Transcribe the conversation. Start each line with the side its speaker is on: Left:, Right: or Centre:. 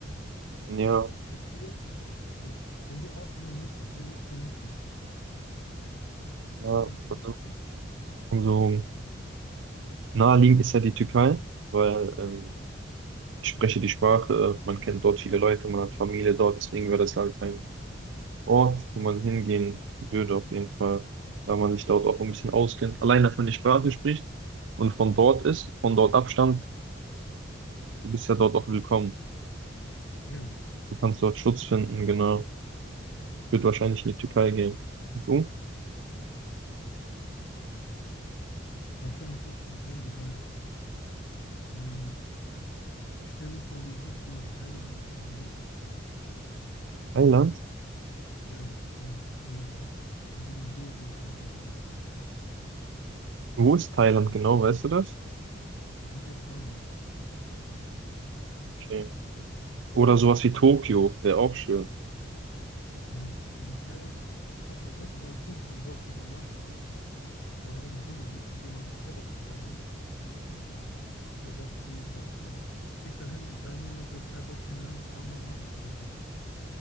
Right: Ja,
Left: Hättest du denn, äh, wenn du auswandern müsstest, wo würdest du hinfliegen?
Right: ja,
Left: Hast du ein bestimmtes
Right: also,
Left: Ziel?
Right: also naheliegend ist ja die Türkei, weil ähm, ich spreche die Sprache, man kennt dort viele Leute, man hat Familie dort, deswegen wäre das halt ein Ort, wo man hingehen würde, auf jeden Fall, weil man sich dort auch ein bisschen auskennt, allein dass man die Sprache spricht und von dort ist, von dort abstammt, du bist ja dort auch willkommen.
Left: Ja,
Right: Du kannst dort Schutz finden, genau. Ich würde wahrscheinlich in die Türkei gehen. Und du?
Left: wahrscheinlich auch Türkei, wobei ähm, ich stelle mir vor, wie es ist, so nach Thailand auszuwandern.
Right: Thailand?
Left: Ja, ja, und dann äh, in so einem Dojo Thai-Boxen lernen.
Right: Wo ist Thailand genau, weißt du das?
Left: Südostasien.
Right: Okay. Oder sowas wie Tokio, wäre auch schön.
Left: Ja, also Thailand. Ich habe letztens einen Film von Jean-Claude Van Damme gesehen, wo er im Dschungel lebt und jemanden Thai-Boxen beibringt. Dann dachte ich mir, boah, krass. Fliegt dahin, drei Monate Thai-Boxen lernen, bam, bam, bam, zurückkommen.